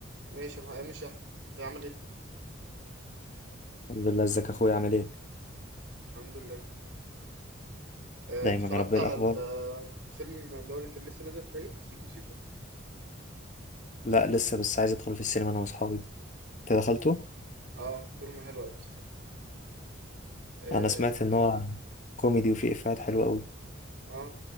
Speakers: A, on the right; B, on the left.
A: ماشي انا مش احمد تعمل ايه
B: الحمد لله ازيك يا اخويا عامل ايه
A: الحمد لله آه،
B: دايما
A: اتفرجت
B: يا رب إيه
A: على
B: الاخبار
A: ال- الفيلم اللي هو اللي كان لسه نازل في العيد سيكو سيكو
B: لا لسه بس عايز ادخل في السينما انا واصحابي انت دخلته
A: اه فيلم حلو قوي بصراحه اه
B: انا سمعت ان هو كوميدي وفيه افيهات حلوه قوي
A: اه